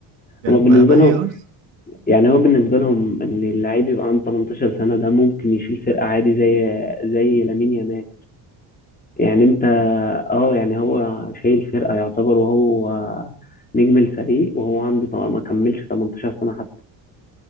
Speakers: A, on the right; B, on the left.
A: يعني
B: هو
A: ما
B: بالنسبه
A: ما
B: لهم
A: هي ارسنال
B: يعني هو بالنسبه لهم ان اللعيب يبقى عنده 18 سنه ده ممكن يشيل فرقه عادي زي زي لامين يامال يعني انت اه يعني هو شايل فرقة يعتبر وهو نجم الفريق وهو عنده طبعا ما كملش 18 سنة حتى